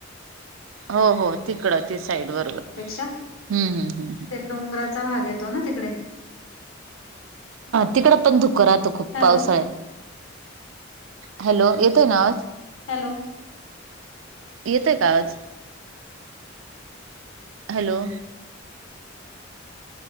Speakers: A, on the right; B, on the left.
A: हो हो तिकडं ती साईड बरोबर.
B: पेक्षा
A: हम्म हम्म
B: ते डोंगराचा भाग येतो ना तिकडे.
A: तिकडं पण धुकं राहतं खुप
B: हॅलो
A: पावसाळ्यात. हॅलो येतोय ना आवाज
B: हॅलो.
A: येतोय का आवाज? हॅलो.